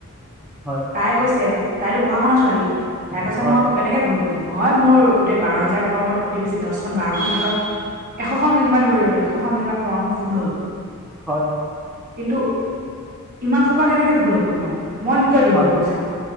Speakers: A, in the centre; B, on the right (about 40°).
A: হয়
B: তাই কৈছে তাইতো পঢ়া শুনা ছোৱালী তাই কৈছে
A: হয়
B: মই কেনেকৈ ভুল হয় মোৰ গোটেই বাৰ হাজাৰ ফমত অতি বেছি দহখন বাৰখন এনেকুৱা এশখন চিনেমা ধৰিলো এশখন চিনেমা ফৰ্ম ফুল হ'ল
A: হয়
B: কিন্তু ইমান সোপা কেনেকে ভুল হ'ব মই মই কিয় দিম
A: হয়
B: গৈ পইচা